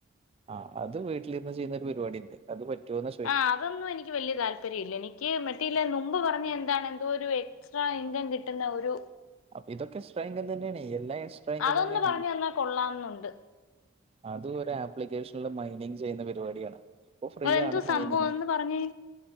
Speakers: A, on the right (about 30°); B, on the left (about 75°).
A: ആഹ് അത് വീട്ടിൽ ഇരുന്ന് ചെയ്യുന്ന ഒരു പരിപാടി ഉണ്ട്. അത് പറ്റൊന്ന
B: ആഹ് അതോന്നും എനിക്ക് വലിയ താല് താല്പര്യയില്ല എനിക്ക് മറ്റേയില് മുമ്പ് പറഞ്ഞ എന്താണ് എന്തോ ഒരു എക്സ്ട്രാ ഇൻകം കിട്ടുന്ന ഒരു
A: അപ്പൊ ഇതൊക്കെ എക്സ്ട്രാ ഇൻകം തന്നെയാണ് എല്ലാം എക്സ്ട്രാ ഇൻകം
B: അതൊന്ന്
A: തന്നെയാണ്.
B: പറഞ്ഞു തന്നാ കൊള്ളാംന്നുണ്ട്
A: അത് ഒരു ആപ്ലിക്കേഷനിൽ മൈനിങ് ചെയ്യുന്ന പരിപാടിയാണ് ഇപ്പൊ ഫ്രീയണ്
B: അതെന്തോ
A: മൈനിങ്.
B: സംഭവം ഒന്ന് പറഞ്ഞേ